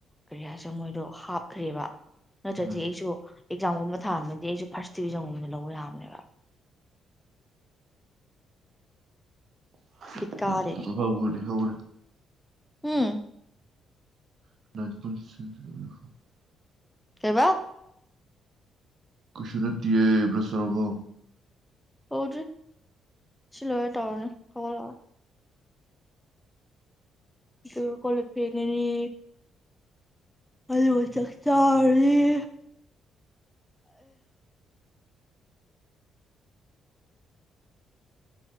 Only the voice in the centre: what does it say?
ꯀꯔꯤ ꯍꯥꯏꯁꯤꯔꯥ ꯃꯣꯏꯗꯣ ꯍꯥꯞꯈ꯭ꯔꯦꯕ ꯅꯠꯇ꯭ꯔꯗꯤ
ꯑꯩꯁꯨ ꯑꯦꯛꯖꯥꯝꯒꯨꯝꯕ ꯊꯥꯔꯝꯃꯗꯤ ꯑꯩꯁꯨ ꯐꯥꯔꯁ ꯗꯤꯕꯤꯖꯟꯒꯨꯝꯕ ꯂꯧꯕ ꯌꯥꯕꯅꯦꯕ
ꯕꯤꯠ ꯀꯥꯗꯦ ꯎꯝ
ꯀꯩꯕ
ꯇꯧꯗ꯭ꯔꯤ ꯁꯤ ꯂꯣꯏꯔ ꯊꯧꯔꯅꯤ ꯍꯧꯒꯠꯂꯣ ꯑꯗꯨꯒ ꯀꯣꯂꯞ ꯐꯦꯡꯉꯅꯤ ꯑꯗꯨꯒ ꯆꯥꯛ ꯆꯥꯔꯅꯤ